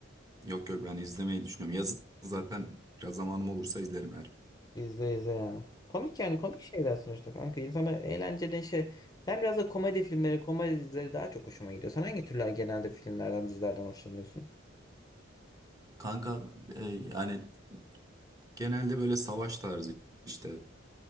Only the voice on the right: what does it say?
Yok yok ben izlemeyi düşünüyorum. Yazın zaten biraz zamanım olursa izlerim her.
Kanka e, yani genelde böyle savaş tarzı işte